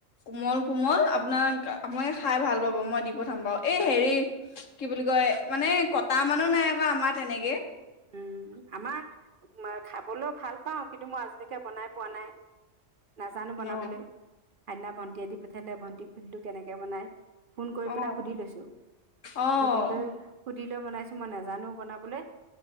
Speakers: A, on the left; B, on the right.
A: কোমল কোমল আপু আপোনাক আপোনালাকে খাই ভাল ৰ'ব মই দি পঠাম বাৰু এই হেৰি কি বুলি কয় মানে কটা মানুহ নাই আকৌ আমাৰ তেনেকে
B: উম আমাৰ খাবলৈ ভাল পাওঁ কিন্তু মই আজিলৈকে বনাই পোৱা নাই নাজানো
A: অ',
B: বনাবলৈ সেইদিনা ভণ্টিয়ে দি পঠিয়ালে ভণ্টিক সুদিলো কেনেকে বনাই ফোন কৰি
A: অ',
B: পেলাই সুধি লৈছো
A: অ',
B: সুধি লৈ দি লৈ বনাইছো মই নাজানো বনাবলৈ